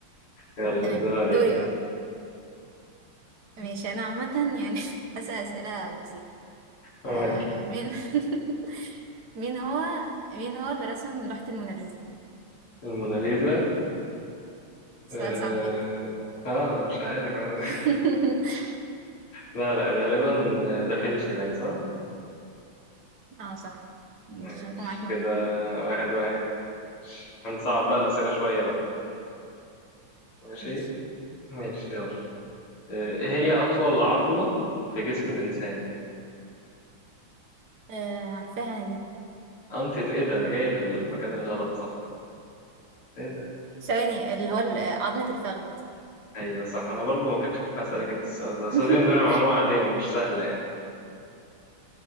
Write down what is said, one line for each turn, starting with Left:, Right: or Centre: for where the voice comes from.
Left: يلا
Right: تمام
Left: الدور عليك
Right: دوري بقى ماشي انا عامة يعني <laughs> هسأل اسئلة بسيطة
Left: تمام.
Right: آه مين <laughs> مين هو مين هو اللي رسم لوحة الموناليزا
Left: الموناليزا
Right: سؤال
Left: اه
Right: صعب جدا
Left: آه، أنا مش عارف <laughs>
Right: <laughs>
Left: لا لا غالبا دافنشي باين صح
Right: اه صح ماشي
Left: ماشي
Right: وانت معاك نقطة
Left: كده واحد واحد ماشي هنصعب بقى الأسئلة شوية بقى ماشي
Right: ماشي
Left: ماشي يلا آه، ايه هي أطول عظمة في جسم الإنسان
Right: آه عارفاها انا دي <laughs>
Left: انت ايه ده انا جاي للمكان الغلط صح ايه
Right: ثواني اللي هو ال- عظمة الفخذ
Left: ايوه صح انا برضو ما كنتش ينفع اسالك
Right: <laughs>
Left: انت السؤال ده بس دي بالنسبه لي معلومه عاديه مش سهله يعني